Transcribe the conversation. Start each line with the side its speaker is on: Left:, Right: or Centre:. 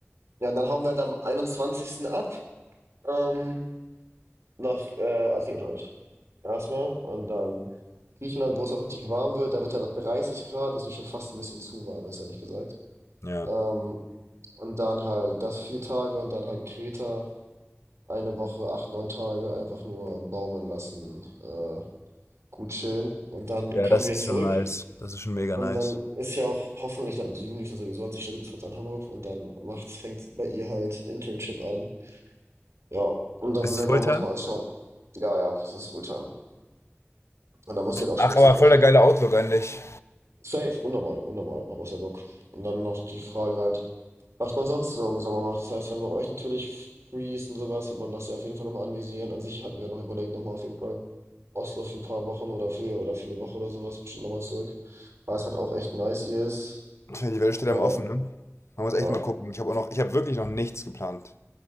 Right: ja, und dann hauen wir halt am einundzwanzigsten ab, ähm, nach äh, Athen halt. Erstmal. Und dann Griechenland, wo es auch richtig warm wird, da wird halt 30 Grad, was mich schon fast ein bisschen zu warm ist, ehrlich gesagt.
Left: Ja.
Right: Ähm, und dann halt das vier Tage und dann halt Kreta. eine Woche, acht, neun Tage einfach nur baumeln lassen, äh, gut chillen. Und dann
Left: Ja,
Right: kommen
Left: das
Right: wir
Left: ist
Right: zurück.
Left: schon nice. Das ist schon mega
Right: Und
Left: nice.
Right: dann ist ja auch hoffentlich dann, also Juni ist ja sowieso an sich stabiles Wetter in Hamburg. Und dann macht's, fängt bei ihr halt Internship an. Ja, und dann
Left: Ist
Right: selber
Left: es Fulltime?
Right: muss man halt schauen. Ja, ja, das ist Fulltime. Und dann muss sie halt auch schwitzen,
Left: Ach, aber
Right: weil
Left: voll
Right: ich
Left: der geile Outlook eigentlich.
Right: Safe, unnormal, unnormal, hab auch sehr Bock. Und dann noch die Frage halt, was man sonst so im Sommer macht. Das heißt, wenn bei euch natürlich free ist und sowas, wird man das ja auf jeden Fall nochmal anvisieren. An sich hatten wir noch überlegt, nochmal auf jeden Fall Oslo für ein paar Wochen oder für, oder für eine Woche oder sowas, bestimmt nochmal zurück, weil es halt auch echt nice hier ist.
Left: Tja, Die Welt steht
Right: Äh,
Left: einem offen, ne? Man muss echt
Right: ja.
Left: mal gucken. Ich habe auch noch, ich habe wirklich noch nichts geplant.